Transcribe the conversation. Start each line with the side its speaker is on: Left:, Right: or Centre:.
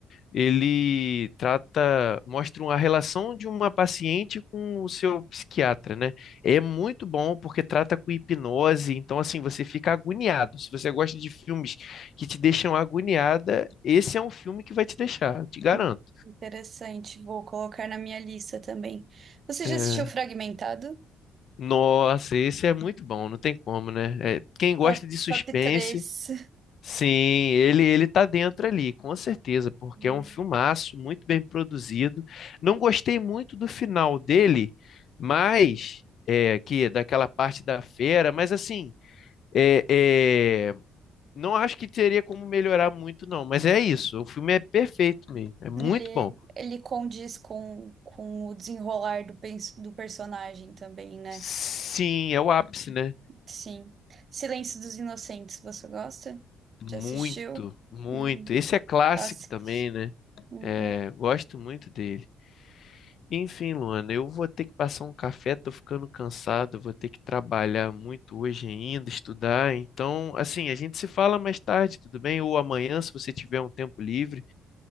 Left: ele trata, mostra uma relação de uma paciente com o seu psiquiatra, né? É muito bom porque trata com hipnose, então assim, você fica agoniado. Se você gosta de filmes que te deixam agoniada, esse é um filme que vai te deixar, eu te garanto.
Right: Hum, Interessante, vou colocar na minha lista também. Você já
Left: É,
Right: assistiu Fragmentado?
Left: Nossa, esse é muito bom, não tem como, né? É, Quem gosta
Right: Top,
Left: de suspense
Right: top 3.
Left: Sim, ele ele tá dentro ali, com certeza, porque
Right: Hum.
Left: é um filmaço muito bem produzido. Não gostei muito do final dele, mas é que daquela parte da fera, mas assim, é, é, não acho que teria como melhorar muito não, mas é isso, o filme é perfeito mesmo, é muito
Right: Ele,
Left: bom.
Right: ele condiz com, com o desenrolar do, pens- do personagem também, né?
Left: Sim, é o ápice, né?
Right: Sim. Silêncio dos Inocentes, você gosta?
Left: Muito,
Right: Já assistiu?
Left: muito.
Right: Hum,
Left: Esse é clássico
Right: clássicos.
Left: também, né?
Right: Hum,
Left: É, gosto muito dele. Enfim, Luana, eu vou ter que passar um café, tô ficando cansado, vou ter que trabalhar muito hoje ainda, estudar. Então, assim, a gente se fala mais tarde, tudo bem? Ou amanhã, se você tiver um tempo livre.